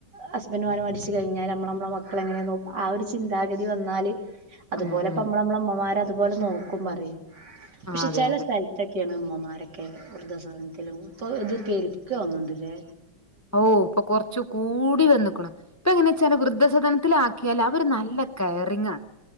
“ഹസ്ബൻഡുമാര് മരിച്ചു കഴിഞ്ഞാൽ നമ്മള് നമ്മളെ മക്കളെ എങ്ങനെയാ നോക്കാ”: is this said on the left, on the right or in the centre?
Right